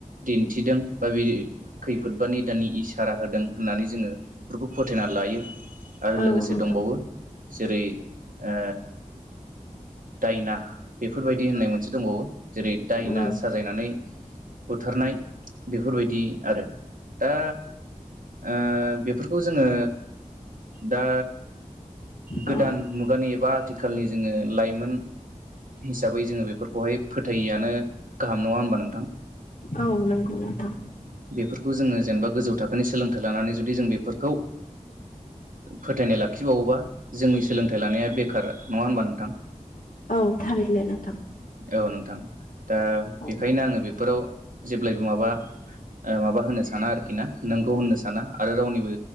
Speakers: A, on the right; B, on the left.
A: दिन्थिदों बा बे खैफोद बा निदाननि इसारा होदों होननानै जोङो बेफोरखौ फोथायना लायो आरो
B: औ
A: लोगोसे
B: नोंथां
A: दंबावो जेरै ओ‌ दायना बेफोरबायदि होननाय मोनसे दंबावो जेरै दायना
B: औ
A: साजायनानै बुथारनाय बेफोरबायदि आरो दा ओ बेफोरखौ जोङो दा
B: औ
A: गोदान मुगानि एबा आथिखालनि जोङो लाइमोन हिसाबै जोङो बेफोरखौहाय फोथायैआनो गाहाम नङा होनबा नोंथां?
B: औ नंगौ नोंथां।
A: बेफोरखौ जोङो जेनेबा गोजौ थाखोनि सोलोंथाइ लानानै जुदि जों बेफोरखौ फोथायनाय लाखिबावोबा जोंनि सोलोंथाइ लानाया बेखार नङा होमबा नोंथां?
B: औ थारैनो नोंथां
A: औ नोंथां। दा
B: औ
A: बेखायनो आङो बे फ्राव जेब्लायबो माबा ओ‌ माबा होनो साना आरोखि ना नोंगौ होननो साना आरो रावनिबो